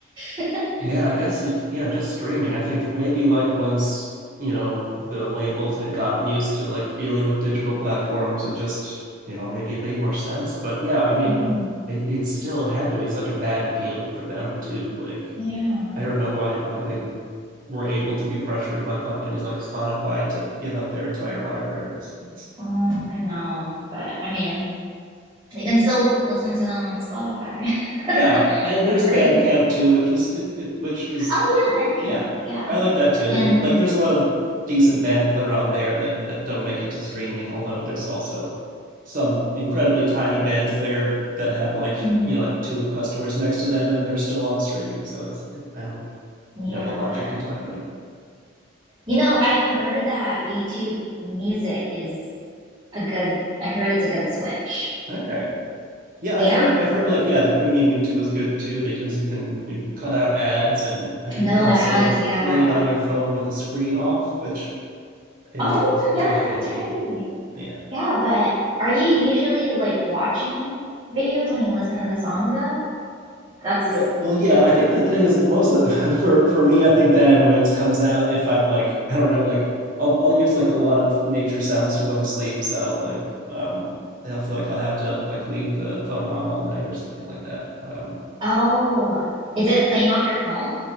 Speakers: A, on the right; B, on the right.
A: <laughs>
B: Yeah, I guess it, yeah, just streaming. I think maybe like once, you know, the labels had gotten used to like dealing with digital platforms, it just, you know, maybe it made more sense. But yeah, I mean,
A: Mm,
B: it, it still had to be such a bad deal for them too. Like
A: yeah.
B: I don't know why why they were able to be pressured by companies like Spotify to give up their entire libraries. It's,
A: Mm, I know. But I mean, you can still listen to them on Spotify
B: yeah,
A: <laughs>
B: and
A: for
B: there's
A: free.
B: Bandcamp too, which is it, it which is
A: Oh, yeah, Bandcamp.
B: yeah,
A: Yeah.
B: I like that too. It,
A: And
B: like there's a lot of decent bands that are on there that that don't make it to streaming, although there's also some incredibly tiny bands there that have like
A: mm,
B: you know like two customers next to them and they're still on streaming. So it's it, I don't
A: yeah.
B: know the logic entirely.
A: You know, I heard that YouTube music is a good, I heard it's a good switch.
B: Okay. Yeah,
A: Yeah.
B: I've heard I've heard like yeah, the premium YouTube is good too because you can you cut out ads and uh, you
A: No
B: can also
A: ads.
B: like
A: Yeah.
B: play it on your phone with the screen off, which i-
A: Oh,
B: is really
A: yeah,
B: handy.
A: that's right.
B: Yeah.
A: Yeah, but are you usually like watching videos when you listen to the songs though? That's
B: Yeah, well, yeah, I think the thing is that most of the, <laughs> for for me, I think that annoyance comes out if I'm like, I don't know, like I'll I'll use like a lot of nature sounds to go to sleep, so like um I'll feel like I'll have to like leave the phone on all night or something like that. Um
A: oh, is it playing off your phone?